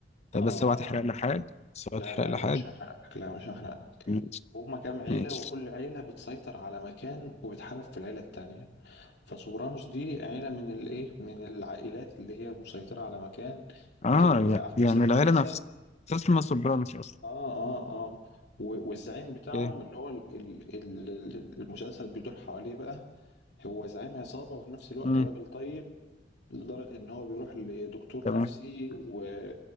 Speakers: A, on the left; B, on the left.
A: طب
B: اه
A: بس
B: آه.
A: اوعى تحرق لي حاجة بس اوعى
B: لا
A: تحرق
B: لا
A: لي
B: لا
A: حاجة
B: مش هحرق لك لا مش هحرق
A: ماشي
B: هما كام عيله
A: ماشي
B: وكل عيله بتسيطر على مكان وبتحارب في العيله التانيه فسوبرانوس دي عيلة من الايه من العائلات اللي هي مسيطرة على مكان
A: اه
B: وتبدأ بقى أحداث
A: يعني
B: المسلسل
A: العيلة نفسها اسمها سوبرانوس اصلا
B: اه اه اه و- والزعيم بتاعهم
A: ايه
B: اللي هو ال- ال- ال- المسلسل بيدور حواليه بقى هو زعيم عصابة وفي نفس الوقت
A: مم.
B: راجل طيب لدرجة إن هو بيروح لدكتور
A: تمام
B: نفسي و-